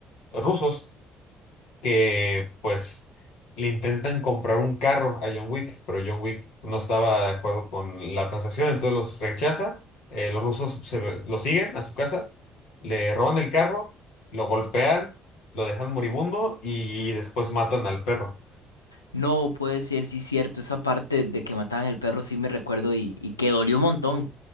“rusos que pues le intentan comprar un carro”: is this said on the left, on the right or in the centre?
Left